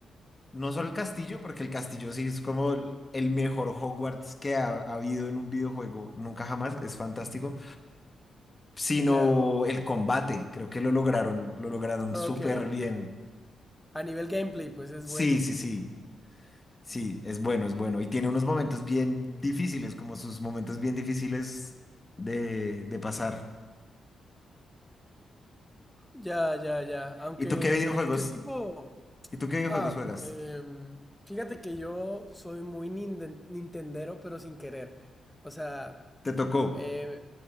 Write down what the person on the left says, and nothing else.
no solo el castillo, porque el castillo sí es como el el mejor Hogwarts que ha, ha habido en un videojuego, nunca jamás, es fantástico, sino
el combate, creo que lo lograron, lo lograron
súper bien.
Sí,
sí, sí. Sí, es bueno, es bueno. Y tiene unos momentos bien difíciles, como sus momentos bien difíciles de, de pasar.
¿Y tú qué videojuegos?
¿Y tú qué videojuegos
juegas?
¿Te tocó?